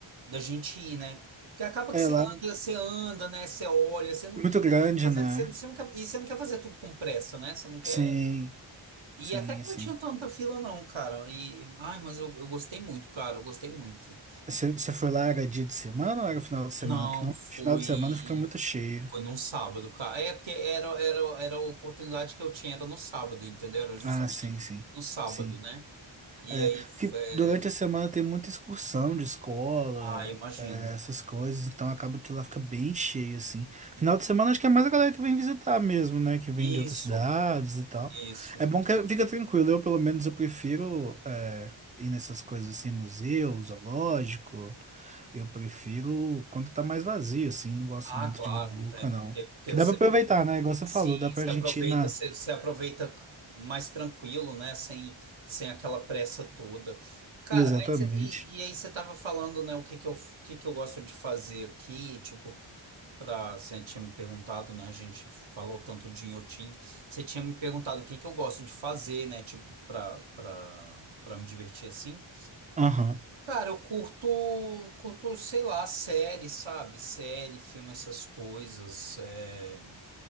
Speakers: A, on the right; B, on the right.
A: da gente ir, né? Porque acaba
B: É
A: que você
B: lá,
A: anda,
B: é
A: você anda, né? Você olha, você não.
B: muito grande,
A: Você,
B: né?
A: você, você não quer, e você não quer fazer tudo com pressa, né? Você não quer.
B: Sim,
A: E
B: sim,
A: até que
B: sim.
A: não tinha tanta fila, não, cara. E, ai, mas eu, eu gostei muito, cara. Eu gostei muito.
B: Você você foi lá, era dia de semana ou era final de semana?
A: Não,
B: Porque não,
A: foi.
B: final de semana fica muito cheio.
A: Foi num sábado, cara. É, porque era, era, era a oportunidade que eu tinha, era no sábado, entendeu? Era justamente
B: Ah, sim, sim.
A: no sábado,
B: Sim.
A: né? E
B: É,
A: aí,
B: porque
A: é,
B: durante a semana tem muita excursão de escola,
A: ah, imagino.
B: é, essas coisas, então acaba que lá fica bem cheio, assim. Final de semana acho que é mais a galera que vem visitar mesmo, né? Que vem
A: Isso,
B: de outras cidades e tal.
A: isso.
B: É bom que fica tranquilo, eu pelo menos eu prefiro é, ir nessas coisas assim, museu, zoológico. Eu prefiro quando tá mais vazio, assim, não gosto
A: Ah,
B: muito
A: claro,
B: de muvuca,
A: não tem.
B: não.
A: Porque, porque
B: Que dá
A: você
B: pra aproveitar, né? Igual você
A: Sim,
B: falou, dá pra
A: se
B: gente
A: aproveita,
B: ir na...
A: se, se aproveita mais tranquilo, né? Sem, sem aquela pressa toda. Cara,
B: Exatamente.
A: aí cê- e, e aí você tava falando, né, o que que eu, o que que eu gosto de fazer aqui, tipo, pra, você tinha me perguntado, né, a gente falou tanto de inhotim, você tinha me perguntado o que que eu gosto de fazer, né, tipo, pra, pra, pra me divertir assim.
B: Aham.
A: Cara, eu curto, curto, sei lá, série, sabe? Série, filme, essas coisas. É...